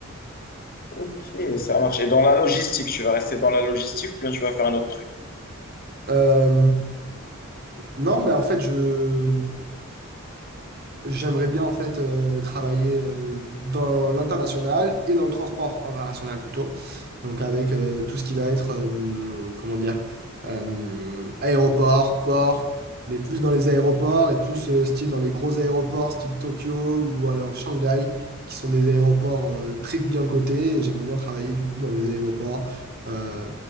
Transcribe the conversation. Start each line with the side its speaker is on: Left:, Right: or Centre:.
Left: Ok, ça marche. Et dans la logistique, tu vas rester dans la logistique ou bien tu vas faire un autre truc?
Right: Euh, non, ben en fait, je, J'aimerais bien en fait euh, travailler euh, dans l'international et dans le transport international plutôt. Donc avec euh, tout ce qui va être euh, comment dire euh, aéroport, port, mais plus dans les aéroports et plus euh, style dans les gros aéroports style Tokyo ou alors Shanghai qui sont des aéroports euh, très bien cotés et j'aimerais bien travailler du coup dans des aéroports euh,